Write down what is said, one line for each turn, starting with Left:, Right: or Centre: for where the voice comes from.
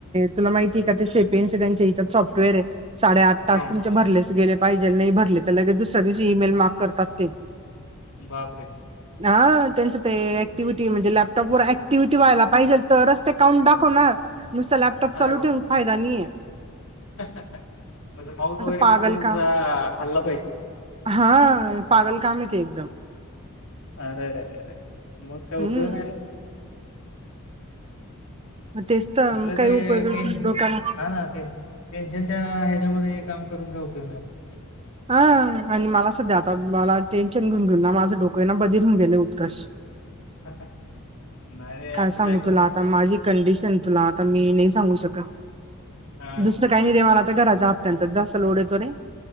Right: तुला माहिती आहे का ते शेपिनस त्यांच्या हच्यात सॉफ्टवेअर आहे साडेआठ तास
Left: हां,
Right: तुमचे भरलेच गेले पाहिजे नाही भरले तर लगेच दुसऱ्या दिवशी ई मेल मार्क करतात ते.
Left: बाप रे.
Right: हा त्यांचं ते एक्टिव्हटी म्हणजे लॅपटॉपवर ऍक्टिव्हटी व्हायला पाहिजेल तरच ते काउूट दाखवणार नुसत लॅपटॉप
Left: अरे
Right: चालू
Left: बापरे!
Right: ठेवून फायदा नाहीय.
Left: म्हणजे, माऊस वगैरे
Right: पागल
Left: कस सुधा
Right: काम
Left: हल्ला पाहिजे.
Right: हा, पागल कामे ते एकदम.
Left: अ, रे, रे, रे रे मग काय
Right: हम्म
Left: उपयोग नाय रे.
Right: म तेच तर
Left: कसले
Right: मग काही
Left: ते
Right: उपयोगच
Left: टेन,
Right: नाही डोक्याला
Left: हा ना ते. टेन्शनच्या हच्यामध्ये काम करून काय उपयोग नाही म
Right: हा आणि मला सध्या आता मला टेन्शन घेऊन घेऊन ना माझं डोकं आहे ना बधर होऊन गेले उत्कर्ष
Left: <unintelligible> असं
Right: काय सांगू
Left: काही करू
Right: तुला
Left: नकोस.
Right: आता माझी कंडिशन तुला आता मी नाही सांगू शकत
Left: हां,
Right: दुसरं काही <unintelligible> तर घराच्या हप्त्यांचा जास्त लोड येतो नाही